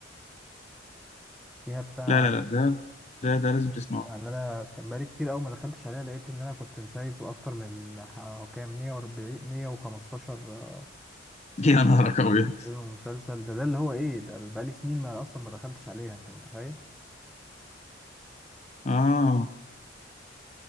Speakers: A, in the centre; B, on the left.
A: فيها بتاع
B: لا لا لا ده ده ده لازم تسمعه
A: يعني انا كان بقالي كتير قوي ما دخلتش عليها لقيت ان انا كنت مسايف اكتر من ح- كام 140 115
B: <laughs> يا نهارك ابيض
A: ايوه المسلسل ده ده اللي هو ايه ده اللي بقالي سنين ما اصلا ما دخلتش عليها انت متخيل
B: اه